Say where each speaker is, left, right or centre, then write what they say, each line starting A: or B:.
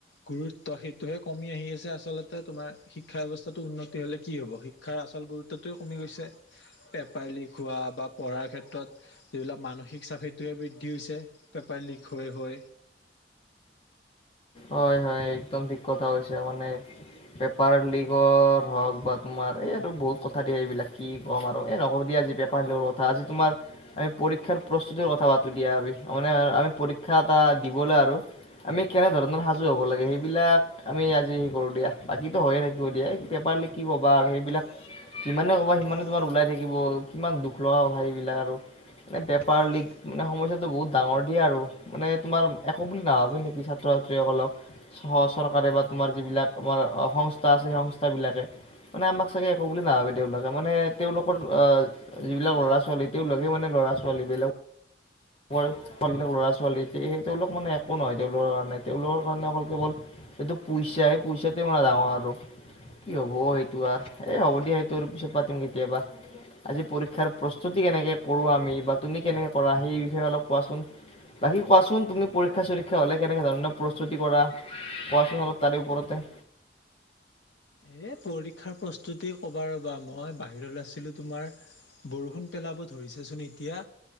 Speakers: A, on the left (about 70°); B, on the left (about 30°).
A: গুৰুত্ব সেইটোহে কমি আহি আছে আচলতে তোমাৰ, শিক্ষা ব্যৱস্থাটো উন্নতি হ'লে কি হ'ব। শি ক্ষাৰ আচল গুৰুত্বটোৱেই কমি গৈছে। পেপাৰ লিক হোৱা বা পঢ়াৰ ক্ষেত্ৰত যিবিলাক মানসিক চাপ সেইটোৱে বৃ দ্ধি হৈছে পেপাৰ লিক হৈ হৈ।
B: হয়, হয় একদম ঠিক কথা কৈছে মানে। পেপাৰ লিকৰ হওঁক বা তোমাৰ এই আৰু বহুত কথা দিয়ে এইবিলাক কি কম আৰু নহ'ব দিয়া আজি পেপাৰৰ কথা আজি মাৰ। আমি পৰীক্ষাৰ প্ৰস্তুতিৰ কথা পাতো দিয়া আমি। মানে আমি পৰীক্ষা এটা দিবলৈ আৰু, আমি কেনে ধৰণৰ সাজু হ'ব লাগে, সেইবিলাক। আমি আজি হে কৰোঁ দিয়া। বাকীতো হৈয়ে থাকিব দিয়া, এই পেপাৰ লিক কি ক'বা আৰু সেইবিলাক। যিমানে কবা, সিমানে তোমাৰ ওলাই থাকিব। কিমান দুখ লগা কথা এইবিলাক আৰু। মানে পেপাৰ লিক মানে সমস্যাটো বহুত ডাঙৰ দিয়া আৰু। মানে তোমাৰ একো বুলি নাভাবে নেকি ছাত্ৰ-ছাত্ৰীসকলক। স চৰকাৰে বা তোমাৰ যিবিলাক আমাৰ সংস্থা আছে, সেই সংস্থাবিলাকে। মানে আমাক চাগে, একো বুলি নাভাবে। তেওঁলোকে মানে তেওঁলোকৰ। যিবিলাক ল'ৰা-ছোৱালী, তেওঁ লগে মানে ল'ৰা-ছোৱালী বেলেগ। ল'ৰা-ছোৱালী ন। তেওঁলোক মানে একো নহয়, তেওঁলোকৰ কাৰণে তেওঁলোকৰ কাৰণে অকল কেৱ সেইটো পইচাহে, পইচাটো কিমান ডাঙৰ আকৌ আৰু কি হ'ব সেইটো আৰু, এই হ'ব দিয়া। সেইটো আৰু পিছত পাতিম কেতিয়াবা। আজি পৰীক্ষাৰ প্ৰস্তুতি কেনেকে কৰোঁ আমি। বা তুমি কেনেকে কৰা সেই বিষয়ে অলপ কোৱাচোন। বাকী কোৱাচোন, তুমি পৰীক্ষা চৰীক্ষা হ'লে কেনে ধৰণৰ প্ৰস্তুতি কৰা। কোৱাচোন অলপ তাৰে ওপৰতে।
A: এই পৰীক্ষাৰ প্ৰস্তুতি ক'বা ৰ'বা। মই বাহিৰত আছিলোঁ তোমাৰ বৰষুণ। পেলাব ধৰিছেচোন এতিয়া।